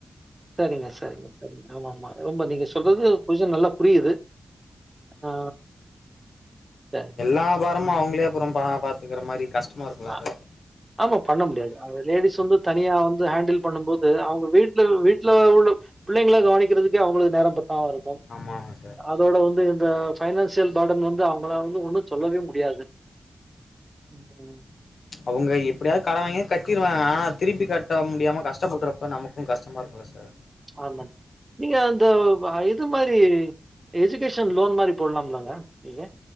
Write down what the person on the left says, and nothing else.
எல்லா பாரமு அவங்களே அப்புறம் பா பாத்துக்கிற மாரி கஷ்டமா இருக்குல
சார்
ஆமாங்க சார்
ம்ச் அவங்க எப்டியாவது கடன் வாங்கியாது கட்டிருவாங்க ஆனா திருப்பி கட்ட முடியாம கஷ்டப்படுறப் இப்போ நமக்கு கஷ்டமா இருக்குல்ல சார்